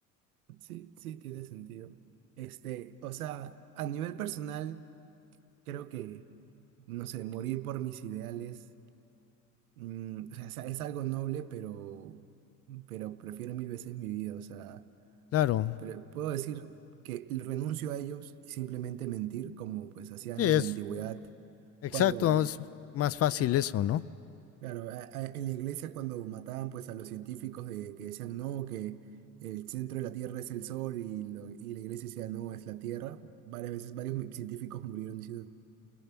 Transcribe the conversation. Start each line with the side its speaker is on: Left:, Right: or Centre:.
Right: Sí, sí, tiene sentido. Este, o sea, a nivel personal, creo que, no sé, morir por mis ideales, mm, o sea, es algo noble, pero, pero prefiero mil veces mi vida, o sea,
Left: Claro,
Right: pero puedo decir que renuncio a ellos y simplemente mentir, como pues hacían
Left: sí, es
Right: en la antigüedad,
Left: exacto,
Right: cuando
Left: es más fácil
Right: la,
Left: eso, ¿no?
Right: Claro, a- a- en la iglesia cuando mataban pues a los científicos de, que decían no, que el centro de la Tierra es el Sol y, lo- y la iglesia decía no, es la Tierra, varias veces varios mi- científicos murieron diciendo,